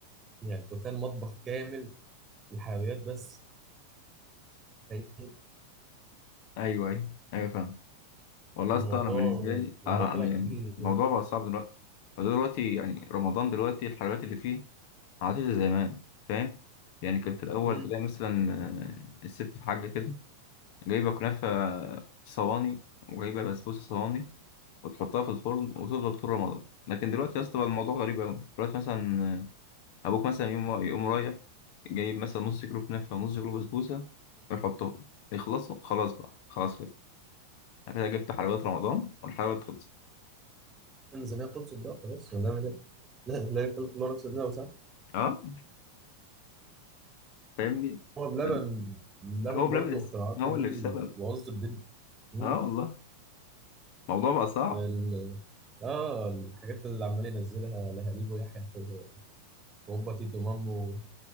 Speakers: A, on the right; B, on the left.
A: يعني تخيل مطبخ كامل الحلويات بس تخيل
B: ايوه ايوه ايوه فاهم والله
A: الموضوع
B: يا اسطى انا بالنسبه لي
A: الموضوع
B: انا
A: طلع
B: أنا يعني
A: كبير
B: الموضوع
A: يعني
B: بقى صعب دلوقتي فدلوقتي يعني رمضان دلوقتي الحلويات اللي فيه ما عادش زي زمان فاهم يعني كان في الاول
A: امم
B: تلاقي مثلا آه، الست في حاجه كده جايبه كنافه صواني وجايبه بسبوسه صواني وتحطها في الفرن وتفضل طول رمضان لكن دلوقتي يا اسطى بقى الموضوع غريب قوي دلوقتي مثلا آه، ابوك مثلا يقوم يقوم رايح جايب مثلا نص كيلو كنافه ونص كيلو بسبوسه ويحطهم يخلصوا خلاص بقى خلاص أنا كده جبت حلويات رمضان والحلويات خلصت
A: الميزانية بتبسط بقى خلاص ونعمل ايه؟ لا لا يكلف الله نفسا إلا وسعها
B: أه فاهمني
A: هو بلبن
B: بل-
A: بلبن
B: هو بلبن
A: برضه
B: الس-
A: اختراعاته
B: هو
A: دي
B: اللي
A: الموظف
B: السبب
A: دي مم.
B: أه والله الموضوع بقى صعب
A: ال... اه الحاجات اللي عمال ينزلها لهاليب ويحيى و- وهوبا تيتو مامو